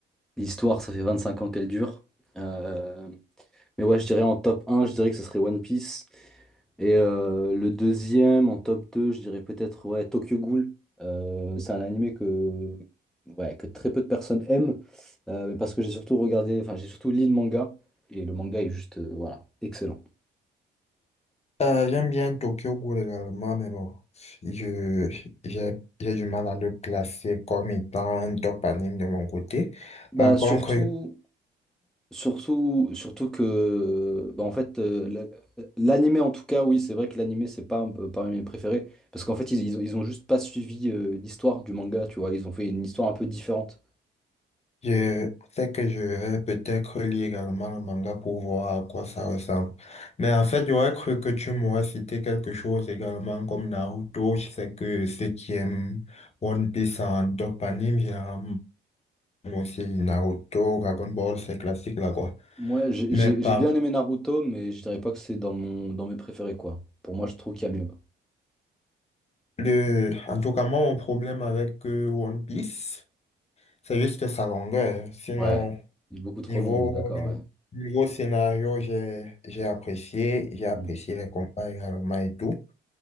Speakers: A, in the centre; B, on the left (about 30°).
A: l'histoire, ça fait 25 ans qu'elle dure. Euh, Mais ouais, je dirais en top un je dirais que ce serait One Piece. Et euh, le deuxième, en top deux je dirais peut-être ouais, Tokyo Ghoul. Euh, c'est un animé que, ouais, que très peu de personnes aiment, euh, mais parce que j'ai surtout regardé, enfin j'ai surtout lu le manga, et le manga est juste, euh, voilà, excellent.
B: Euh, j'aime bien Tokyo Ghoul également, mais bon, je, j'ai, j'ai du mal à le classer comme étant un top anime de mon côté.
A: Bah
B: Par
A: surtout,
B: contre,
A: surtout, surtout que, bah, en fait, euh, la- l'animé en tout cas, oui, c'est vrai que l'animé c'est pas euh, parmi mes préférés, parce qu'en fait ils, ils ont, ils ont juste pas suivi euh, l'histoire du manga, tu vois, ils ont fait une histoire un peu différente.
B: je sais que je vais peut-être lire également le manga pour voir à quoi ça ressemble. Mais en fait, j'aurais cru que tu m'aurais cité quelque chose également comme Naruto. Je sais que ceux qui aiment One Piece en top anime, généralement, aussi Naruto, Dragon Ball, c'est classique là quoi.
A: Moi, j'ai
B: Mais
A: j'ai-
B: par
A: j'ai bien aimé Naruto, mais je dirais pas que c'est dans mon dans mes préférés, quoi. Pour moi, je trouve qu'il y a mieux.
B: Le, en tout cas, moi, mon problème avec euh, One Piece, c'est juste sa longueur. Sinon,
A: Ouais. Il est beaucoup trop
B: niveau,
A: long, on est d'accord, ouais.
B: niveau scénario, j'ai, j'ai apprécié, j'ai apprécié
A: Mm.
B: les combats également et tout,